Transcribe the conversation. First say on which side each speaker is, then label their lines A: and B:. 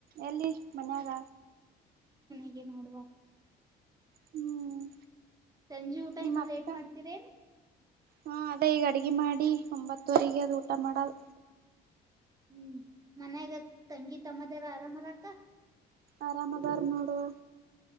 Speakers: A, on the right; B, on the right.
A: ಎಲ್ಲಿ ಮನ್ಯಾಗ
B: ಹಾಗೆ ನೋಡ್ಬ
A: ಹ್ಮ್
B: ಸಂಜೆ ಊಟ
A: ನಿಮ್ಮ
B: ಇನ್ನ
A: ಅಕ್ಕ
B: ಲೇಟ್ ಮಾಡ್ತೀರೇ
A: ಹಾ ಅದೇ ಈಗ ಅಡ್ಗೆ ಮಾಡಿ ಒಂಬತ್ತುವರಿಗೆ ಅದು ಊಟ ಮಾಡಲ್
B: ಹ್ಮ್ ಮನ್ಯಾಗ ತಂಗಿ ತಮ್ಮದಾರ ಆರಾಮರಕ್ಕ
A: ಆರಾಮದಾರ್ ನೋಡುವ